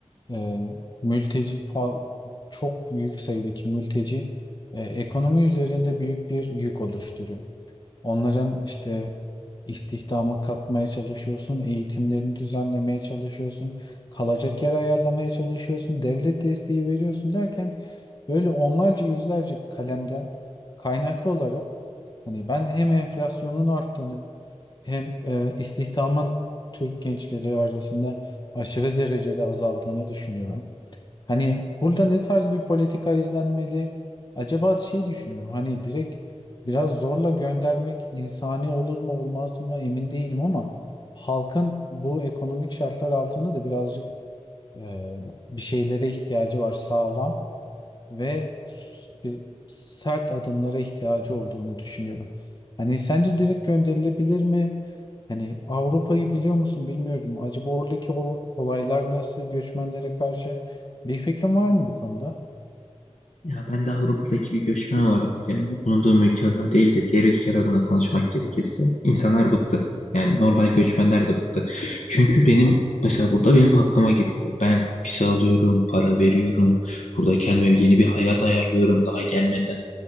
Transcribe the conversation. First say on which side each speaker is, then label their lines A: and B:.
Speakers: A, on the left; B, on the left.
A: e, mülteci fa- çok büyük sayıdaki mülteci e, ekonomi üzerinde büyük bir yük oluşturuyor. Onların işte istihdama katmaya çalışıyorsun, eğitimlerini düzenlemeye çalışıyorsun, kalacak yer ayarlamaya çalışıyorsun, devlet desteği veriyorsun derken böyle onlarca yüzlerce kalemden kaynaklı olarak hani ben hem enflasyonun arttığını hem e, istihdamın Türk gençleri arasında aşırı derecede azaldığını düşünüyorum. Hani burada ne tarz bir politika izlenmeli? Acaba şey düşünüyorum hani direkt biraz zorla göndermek insani olur mu olmaz mı emin değilim ama halkın bu ekonomik şartlar altında da birazcık e, bir şeylere ihtiyacı var sağlam ve s- bir sert adımlara ihtiyacı olduğunu düşünüyorum. Hani sence direkt gönderilebilir mi? Hani Avrupa'yı biliyor musun bilmiyorum. Acaba oradaki ol- olaylar nasıl göçmenlere karşı bir fikrin var mı bu konuda?
B: Ya ben de Avrupa'daki bir göçmen olarak yani bulunduğum ülke adına değil de diğer ülkeler adına konuşmak gerekirse insanlar bıktı. Yani normal göçmenler de bıktı. Çünkü benim mesela burada benim hakkıma giriliyor. Ben vize alıyorum, para veriyorum. Burada kendime bir- yeni bir hayat ayarlıyorum daha gelmeden.